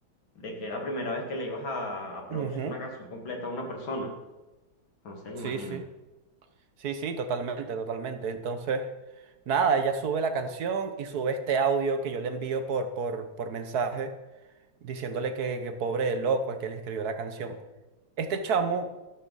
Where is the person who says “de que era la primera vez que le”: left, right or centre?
Left